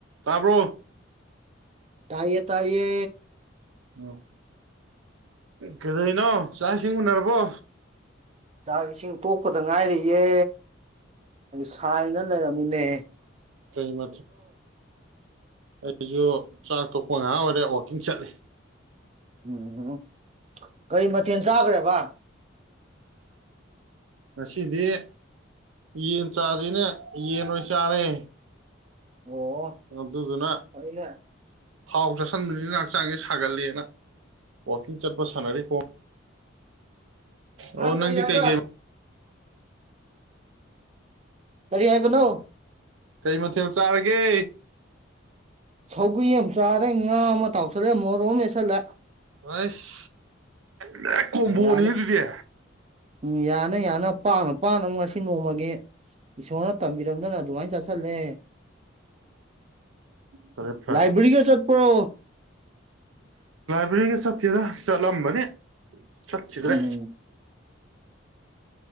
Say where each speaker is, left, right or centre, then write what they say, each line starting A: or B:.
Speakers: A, on the right; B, on the right.
A: ꯇꯥꯕ꯭ꯔꯣ
B: ꯇꯥꯏꯌꯦ ꯇꯥꯏꯌꯦ
A: ꯎꯝ ꯀꯩꯗꫭꯏꯅꯣ ꯆꯥꯛ ꯏꯁꯤꯡ ꯎꯅꯔꯕꯣ
B: ꯆꯥꯛ ꯏꯁꯤꯡ ꯇꯣꯛꯄꯗ ꯉꯥꯏꯔꯤꯌꯦ ꯁꯥꯏꯅ ꯂꯩꯔꯝ ꯃꯤꯅꯦ
A: ꯀꯩꯃ ꯑꯩꯁꯨ ꯆꯥꯛ ꯊꯣꯛꯄ ꯉꯥꯏꯍꯥꯛ ꯑꯣꯏꯔꯦ ꯋꯥꯋꯥꯛꯀꯤꯡ ꯆꯠꯂꯤ
B: ꯎꯝ ꯎ ꯀꯔꯤ ꯃꯊꯦꯜ ꯆꯥꯈ꯭ꯔꯦꯕ
A: ꯉꯁꯤꯗꯤ ꯌꯦꯟ ꯆꯥꯁꯤꯅꯦ ꯌꯦꯟ ꯑꯣꯏꯅ ꯆꯥꯔꯦ
B: ꯑꯣ
A: ꯗꯨꯅ
B: ꯑꯩꯅ
A: ꯊꯥꯎ ꯆꯥꯁꯤꯟꯕꯅꯤꯅ ꯍꯛꯆꯥꯡꯁꯦ ꯁꯥꯒꯠꯂꯦꯅ ꯋꯀꯤꯡ ꯆꯠꯄ ꯁꯥꯟꯅꯔꯤ ꯈꯣꯡ ꯑꯣ
B: ꯑꯥ
A: ꯅꯪꯗꯤ
B: ꯀꯔꯤ ꯍꯥꯏꯕ
A: ꯀꯩ ꯀꯩ
B: ꯀꯔꯤ ꯍꯥꯏꯕꯅꯣ
A: ꯀꯩ ꯃꯊꯦꯜ ꯆꯥꯔꯒꯦ
B: ꯁꯧꯒ꯭ꯔꯤ ꯑꯃ ꯆꯥꯔꯦ ꯉꯥ ꯑꯃ ꯇꯥꯎꯁꯜꯂꯦ ꯃꯣꯔꯣꯛ ꯑꯃ ꯃꯦꯠꯁꯜꯂꯦ
A: ꯍꯥꯏꯁ ꯗꯥꯏꯔꯦꯛ ꯀꯣꯝꯕꯣꯅꯤꯅꯦ
B: ꯌꯥꯅꯤ
A: ꯑꯗꯨꯗꯤ
B: ꯎꯝ ꯌꯥꯅ ꯌꯥꯅ ꯄꯥꯡꯅ ꯄꯥꯡꯅ ꯉꯁꯤ ꯅꯣꯡꯃꯒꯤ ꯏꯁꯣꯔꯅ ꯇꯝꯕꯤꯔꯝꯗꯅ ꯑꯗꯨꯃꯥꯏꯅ ꯆꯥꯁꯜꯂꯦ
A: ꯐꯔꯦ ꯐꯔꯦ
B: ꯂꯥꯏꯕ꯭ꯔꯤꯒ ꯆꯠꯄ꯭ꯔꯣ
A: ꯕ꯭ꯔꯤꯒ ꯆꯠꯇꯦꯗ ꯆꯠꯂꯝꯕꯅꯤ ꯆꯠꯈꯤꯗ꯭ꯔꯦ
B: ꯎꯝ